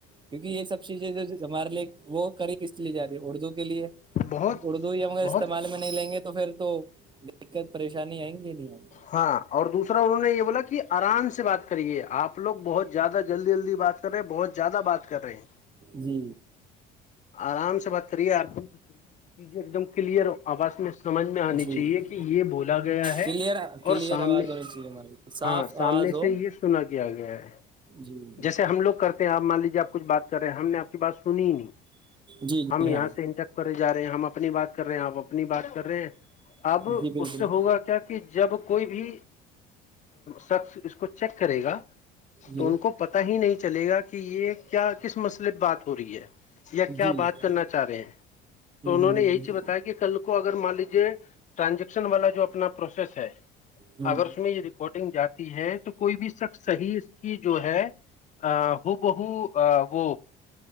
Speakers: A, on the right; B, on the left.
A: کیونکہ یہ سب چیزیں جو ہمارے لیے وہ کری کس لیے جای ہے اردو کے لیے
B: بہت
A: اب اردو ہمگر
B: بہت
A: استعمال میں نہیں لیں گے تو تو پھر تو دقت پریشانی آئیں گی نہیں آئیں
B: ہاں اور دوسرا انہوں نے یہ بولا کہ آرام سے بات کریے آپ لوگ بہت زیادہ جلدی جلدی بات کر رہے بہت زیادہ بات کر رہے ہیں
A: جی
B: آرام سے سے بات کریے آپدم سے سنیے چیزیں ایک دم کلیئر آواز میں سمجھ میں آنی
A: جی جی
B: چاہیے کہ یہ بولا گیا ہے
A: کلیئر کلیئر
B: اور سامنے
A: آواز ہونی چاہیے ہماری صاف
B: ہاں سامنے
A: آواز ہو
B: سے یہ سنا کیا گیا ہے
A: جی جی
B: جیسے ہم لوگ کرتے ہیں آپ مان لیجیے آپ کچھ بات کر رہے ہیں ہم نے آپ کی بات سنی ہی نہیں
A: جی جی
B: ہم یہاں
A: ہاں
B: سے انٹک کرے جا رہے ہیں ہم اپنی بات کر رہے ہیں آپ اپنی بات کر اب اس
A: جی بالکل
B: سے ہوگا کیا کہ جب کوئی بھی سب اس کو چیک کرے گا تو
A: جی
B: ان کو پتا ہی نہیں چلے گا کہ یہ کیا کس مسئلے بات ہو رہی ہے یا کیا
A: جی ہوں
B: بات کرنا چاہ رہے ہیں تو انہوں
A: ہوں
B: نے یہی چیز بتایا کہ کل کو اگر مان لیجیے ٹرانزیکٹ والا جو اپنا پروسیس ہے
A: ہوں
B: اگر اس میں یہ ریکارڈنگ جاتا ہے تو کوئی بھی شخص صحیح اس کی جو ہے بہ وہ